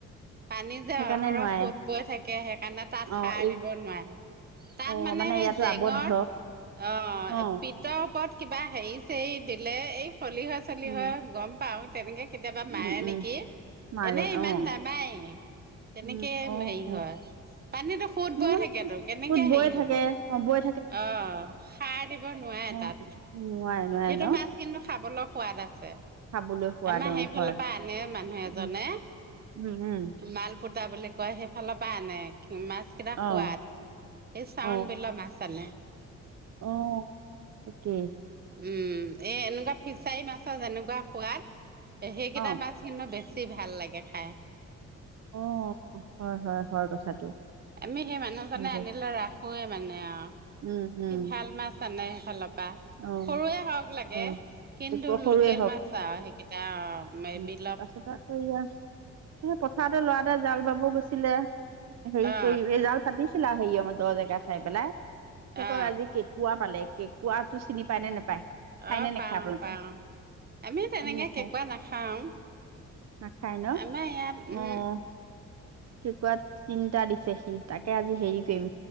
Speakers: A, on the right; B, on the right.
A: পানী যে
B: সেইকাৰণে
A: অহৰহ
B: নোৱাৰে
A: সোত বৈ থাকে সেইকাৰণে তাত
B: অ
A: সাৰ
B: এই
A: দিব নোৱাই। তাত
B: অ
A: মানে সেই
B: ইয়াতো
A: জেঙত,
B: আবদ্ধ
A: আহ
B: অ
A: পিত ক'ত কিবা হেৰি চেৰি দিলে এই খলিৱৈ চলিৱৈ
B: উম
A: হয় গম পাও তেনেকে কেতিয়াবা মাৰে
B: উম, উম,
A: নেকি
B: মাৰে
A: এনেই ইমান
B: অ',
A: নামায়। তেনেকে
B: উম, অ',
A: হেৰি
B: অ',
A: হয়। পানীতো সোত
B: মোৰ
A: বই
B: মানে
A: থাকেতো কেনেকে
B: টোত বৈ
A: হেৰি হ'ব।
B: থাকে অ', বৈ
A: অৱ সাৰ দিব নোৱাৰে।
B: উম,
A: তাত
B: নোৱেই নোৱেই
A: সেইটো
B: ন!
A: মাছ কিন্তু খাবলৈ সোৱাদ আছে।
B: খাবলৈ সোৱাদ
A: আমাৰ
B: অ',
A: সেইফালৰ
B: হয়।
A: পৰা আনে মানুহ
B: উম,
A: এজনে,
B: উম, উম,
A: মাল ফুতা বুলি কয় সেইফালৰ পৰা আনে। মাছ কেইটা
B: অ',
A: সোৱাদ এই চাউন
B: অ',
A: বিলৰ মাছ আনে।
B: অ' তাকে।
A: উম, এ এনেকুৱা ফিচাৰি মাছৰ যেনেকুৱা সোৱাদ। সেইকেইটা
B: অ',
A: মাছ কিন্তু বেছি ভাল লাগে খাই।
B: অ' হয়' হয় 'হয় কথাটো।
A: আমি সেই মানুহজনে
B: হয় দিয়ক।
A: আনিলে ৰাখোয়ে মানে আ
B: উম, উম,
A: সি ভাল মাছ আনে। সেইফালৰ
B: অ',
A: সৰুৱে হওঁক লাগে
B: অ',
A: কিন্তু
B: ক সৰুৱে
A: লোকেল মাছ আ সেইকেইটা অ'।
B: তা পাছত আকৌ য়েইআ পথাৰতে ল'ৰা এটা জাল বাব গৈছিলে হেৰি
A: অ
B: কৰি এই জাল পাতিছ ছিলা হেৰি দহ জেগা চাই পেলাই সে ক
A: অ
B: আজি কেঁকুৱা পালে কেঁকৰাাতটো চিনি পাই নে নেপায়! খায়
A: অৱ
B: নে নেখায়
A: পাও
B: আপোনালোকে?
A: পাও আমিও তেনেকে
B: খায় নে নেখায়?
A: কেকুৱা নাখাও।
B: নাখায় ন
A: আমাৰ ইয়াত উম
B: অৱ কেকুৱাত তিনিটা দিছে সি তাকে আজি হেৰি কৰিম।